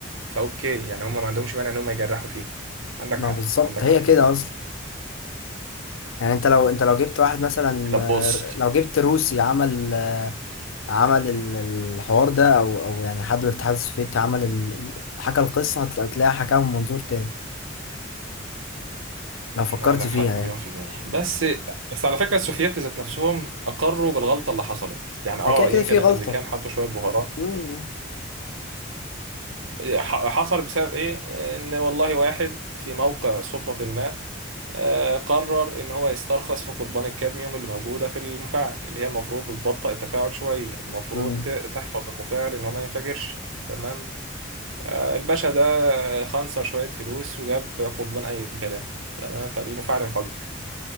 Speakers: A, on the right (about 80°); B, on the left (about 85°).
A: فأوكي يعني هم ما عندهمش مانع إن هم يجرحوا فيهم عندك
B: ما
A: حق
B: بالظبط
A: عندك
B: هي
A: حق في
B: كده
A: دي
B: اصلا يعني انت لو انت لو جبت واحد مثلا
A: طب
B: آه،
A: بص
B: لو جبت روسي عمل آه، عمل ال- الحوار ده او او يعني حد من الاتحاد السوفيتي عمل ال- حكى القصه هتلا- هتلاقيها حكاها من منظور تاني لو فكرت
A: عندك
B: فيها
A: حق مليون
B: يعني
A: في المية بس بس على فكرة السوفييت ذات نفسهم أقروا بالغلطة اللي حصلت يعني اه
B: يعني كده كده
A: يمكن
B: في غلطه
A: الأمريكان حطوا شوية بهارات
B: مم.
A: ح- حصل بسبب ايه ان والله واحد في موقع سلطة ما آه، قرر ان هو يسترخص في قضبان الكادميوم اللي موجودة في المفاعل اللي هي المفروض بتبطئ التفاعل شوية المفروض
B: مم.
A: ت- تحفظ المفاعل ان هو ما ينفجرش تمام آه، الباشا ده خنصر شوية فلوس وجاب قضبان اي كلام تمام فالمفاعل انفجر